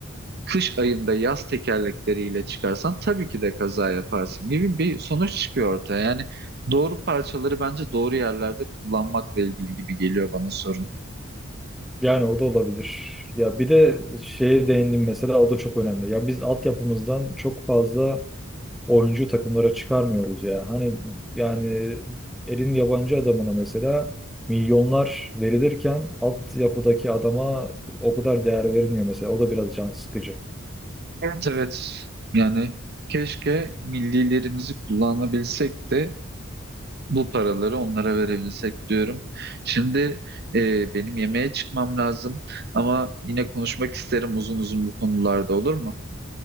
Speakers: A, on the right; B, in the centre.
A: kış ayında yaz tekerlekleriyle çıkarsan tabii ki de kaza yaparsın gibi bir sonuç çıkıyor ortaya. Yani doğru parçaları bence doğru yerlerde kullanmakla ilgili gibi geliyor bana sorun.
B: Yani o da olabilir. Ya bir de şeye değindim mesela o da çok önemli. Ya biz altyapımızdan çok fazla oyuncu takımlara çıkarmıyoruz ya. Hani yani elin yabancı adamına mesela milyonlar verilirken altyapıdaki adama o kadar değer verilmiyor mesela. O da biraz can sıkıcı.
A: Evet evet yani keşke millilerimizi kullanabilsek de bu paraları onlara verebilsek diyorum. Şimdi e, benim yemeğe çıkmam lazım ama yine konuşmak isterim uzun uzun bu konularda olur mu?